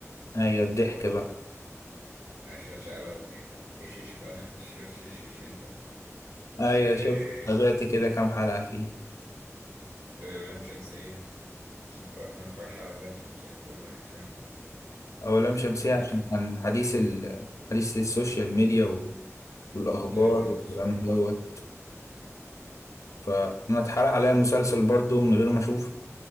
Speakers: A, on the left; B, on the right.
A: ايوه الضحك بقى
B: أشغل شقة بقى الضحك ده إيش إيش بقى <laughs> شوف إيش إيش أنت
A: ايوه
B: و...
A: شوف تابعت كده كام حلقة فيه
B: و... ولام شمسية بس ما اتفرج- ما اتفرجش على لام شمسية كله يعني مش فاهم
A: أولام شمسية
B: آه.
A: عشان كان حديث ال... حديث السوشيال ميديا و... والأخبار
B: طلع ترند
A: والكلام
B: بسرعة
A: دوت فأنا اتحرق عليا المسلسل برضو من غير ما أشوفه